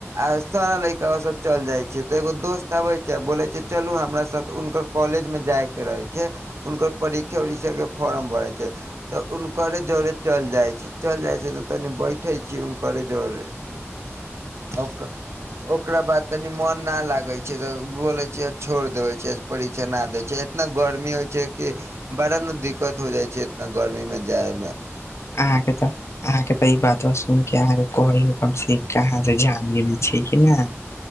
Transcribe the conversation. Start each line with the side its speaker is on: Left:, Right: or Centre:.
Right: आ सब लैकाबा सब चल जाइ छै त एगो दोस्त अबै छै आ बोलै छै चलू हमरा साथ उनकर कॉलेज मे जाय के रहै छै उनकर परीक्षा उरीक्षा के फॉरम भरै छै तऽ उनकरे जरे चल जाइ छी चल जाइ छियै त तनी बैठै छीयै उनकरे जरे। <inaudible> ओकरा बाद तनी मोन ना लागै छै तऽ बोलै छियै छोड़ देबै छियै। परीक्षा ना दै छियै इतना गरमी होइ छै कि बड़ा ने दिक्कत हो जाइ छै इतना गरमी मे जाय मे।
Left: आहां के तऽ अहाँके तऽ ई बात बा सुन के अहाँके कहै हम छी कि अहाँ से जान गेले छी कि ने।